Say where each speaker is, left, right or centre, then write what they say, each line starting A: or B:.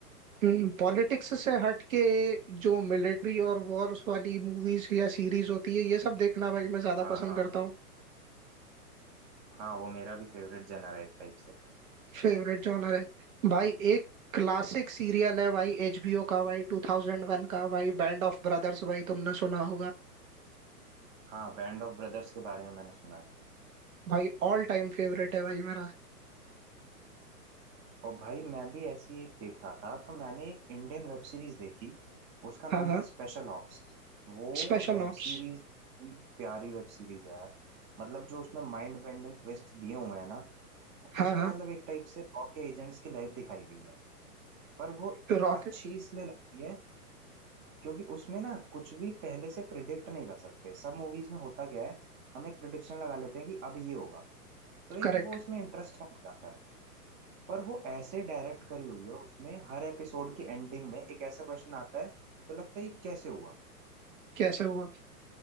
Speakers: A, on the right; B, on the right.
A: हम्म, पॉलिटिक्स से हट के जो मिलिट्री और वॉर्स वाली मूवीज या सीरीज होती है ये सब देखना भाई मैं ज्यादा
B: हाँ
A: पसंद
B: हाँ
A: करता हूँ
B: हाँ वो मेरा भी फेवरेट जेनर है एक टाइप से
A: फेवरेट जॉनर है भाई एक क्लासिक सीरियल है भाई एचबीओ का भाई 2001 का भाई बैंड ऑफ ब्रदर्स भाई तुमने सुना होगा
B: हाँ बैंड ऑफ ब्रदर्स के बारे में मैंने सुना है
A: भाई ऑल टाइम फेवरेट है भाई मेरा
B: और भाई मैं भी ऐसी एक देख रहा था तो मैंने एक इंडियन वेब सीरीज देखी उसका नाम
A: हाँ हाँ
B: था स्पेशल ऑप्स वो
A: Special
B: वेब
A: ops
B: सीरीज भी प्यारी वेब सीरीज है यार मतलब जो उसमें माइंड बेंडिंग ट्विस्ट दिए हुए हैं ना
A: हाँ
B: उसमें
A: हाँ
B: मतलब एक टाइप से रॉ के एजेंट्स की लाइफ दिखाई गई है पर वो
A: तो रॉकेट
B: अच्छी इसलिए लगती है क्योंकि उसमें ना कुछ भी पहले से प्रिडिक्ट नहीं कर सकते सब मूवीज में होता क्या है हम एक प्रिडिक्शन लगा लेते हैं कि अब ये होगा तो
A: करेक्ट
B: एक वो उसमें इंटरेस्ट कम हो जाता है पर वो ऐसे डायरेक्ट करी हुई है उसमें हर एपिसोड की एंडिंग में एक ऐसा क्वेश्चन आता है तो लगता है ये कैसे हुआ
A: कैसे हुआ